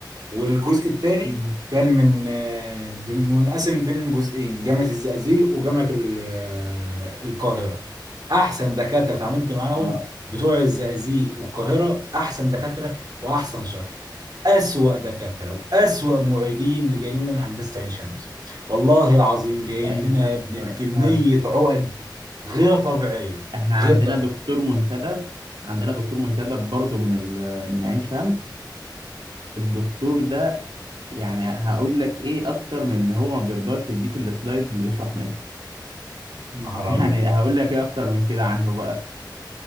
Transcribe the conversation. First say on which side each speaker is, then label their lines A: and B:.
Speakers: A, on the right; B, on the right.
A: والجزء الثاني
B: مم.
A: كان من آه، منقسم بين جزئين جامعة الزقازيق وجامعة ال- آه، القاهرة أحسن دكاترة اتعاملت معاهم
B: اه
A: بتوع الزقازيق والقاهرة أحسن دكاترة وأحسن شرح أسوأ دكاترة وأسوأ معيدين اللي جايين لنا من هندسة عين شمس والله العظيم جايين
B: اي
A: لنا
B: شخص
A: يا ابني
B: آه،
A: بكمية
B: فعلا.
A: عقد غير طبيعية
B: احنا عندنا
A: غير طبيعية
B: دكتور منتدب عندنا دكتور منتدب برضه من ال- من عين شمس الدكتور ده يعني هقول لك ايه اكتر من ان هو ما بيرضاش يديك السلايدز اللي بيشرح منها
A: نهار
B: <laughs> يعني
A: أبيض
B: هقول لك ايه اكتر من كده عنه بقى